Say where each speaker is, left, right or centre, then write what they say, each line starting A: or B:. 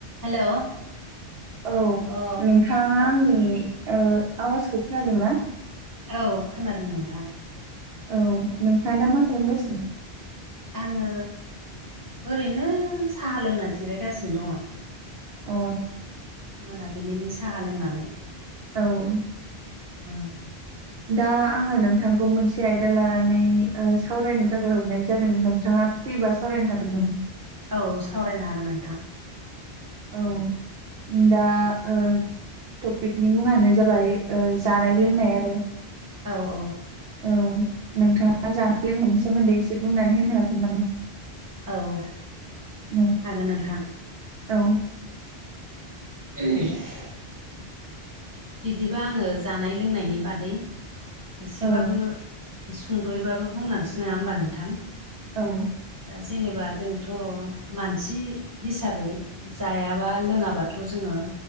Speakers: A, on the right; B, on the right.
A: हेल'
B: औ
A: अ
B: नोंथाङा आंनि आवाजखौ खोनादों ना?
A: औ खोनादों नोंथां।
B: औ नोंथाङा दा मा हमगासिनो?
A: आङो ओरैनो साहा लोंना जिरायगासिनो दङ।
B: अ
A: मोनाबिलिनि साहा लोंनानै
B: औ
A: <unintelligible>
B: दा आङो नोंथांखौ मोनसे आयदा लानानै सावरायनो थाखाय हरनाय जादों नोंथाङा फ्रिबा सावरायनो हागोन।
A: औ सावरायनो हागोन नोंथां।
B: औ दा ओ टपिकनि मुङानो जाबाय ओ जानाय लोंनाय आरो।
A: औ औ
B: औ नोंथाङा जानाय लोंनायनि सोमोन्दै एसे बुंनानै होनो हागोन नामा?
A: औ
B: औ
A: हागोन नोंथां।
B: औ
A: <inaudible> बिदिब आङो जानाय लोंनायनि बादै एसेबाबो
B: औ
A: सुंदयैबाबो बुंलांसै नङा होमबा नोंथां?
B: औ।
A: दा जेनेबा जोंथ' मानसि हिसाबै। जायाबा लोङाबाथ' जोङो।